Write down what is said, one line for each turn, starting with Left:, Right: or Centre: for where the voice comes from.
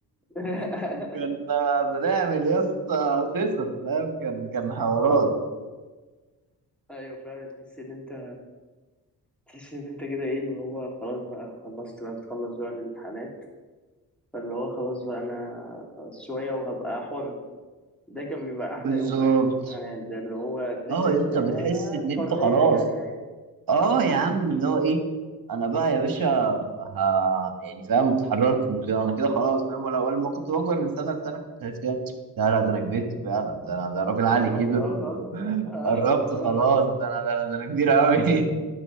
Centre: <laughs>
Right: كنا بنعمل يا اسطى قصص فاهم كان كان حوارات
Centre: ايوه فعلا تحس ان انت تحس ان انت كده ايه اللي هو خلاص بقى خلصت بقى بتخلص بقى الامتحانات فاللي هو خلاص بقى انا خلاص شويه وهبقى حر ده كان بيبقى
Right: بالظبط
Centre: احلى يوم اخر الامتحانات ده اللي هو تحس
Right: اه
Centre: ان
Right: يا
Centre: انت
Right: اسطى
Centre: يا
Right: بتحس ان
Centre: الحريه
Right: انت خلاص
Centre: جايه ايه
Right: اه يا عم اللي هو ايه انا بقى يا باشا ها يعني فاهم اتحررت كنت كده انا كده خلاص فاهم ولا ولا ما كنت بكبر من سنه لسنه كنت شايف كده لا لا ده انا كبرت فعلا ده انا ده راجل عقلي
Centre: قربت
Right: كبر
Centre: اه خالص
Right: وقربت
Centre: اه
Right: خلاص
Centre: <laughs>
Right: ده انا ده انا ده انا كبير قوي